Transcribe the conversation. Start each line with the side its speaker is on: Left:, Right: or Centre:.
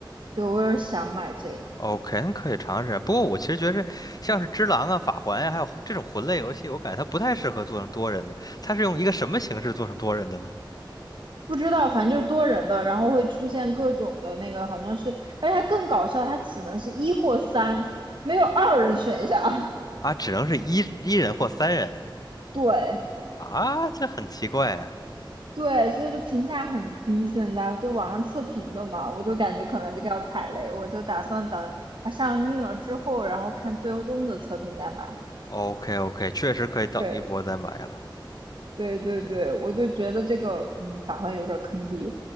Right: 对，我有点想买这个，
Left: ，OK 可以尝试。不过我其实觉得像是只狼啊、法环呀、还有魂这种魂类游戏，我感觉它不太适合做成多人的。它是用一个什么形式做成多人的呢？
Right: 不知道，反正就是多人的，然后会出现各种的那个，好像是，而且它更搞笑，它只能是一或三，没有二人选项。<laughs>
Left: 啊，只能是一一人或三人
Right: 对
Left: 啊，这很奇怪呀、
Right: 对，所以就评价很低，现在就网上测评的嘛，我就感觉可能这个要踩雷，我就打算等它上映了之后，然后看最终的测评再买。
Left: OK OK，确实可以等一波再买了。
Right: 对对对对，
Left: 对。
Right: 我就觉得这个，嗯，法环有点坑爹。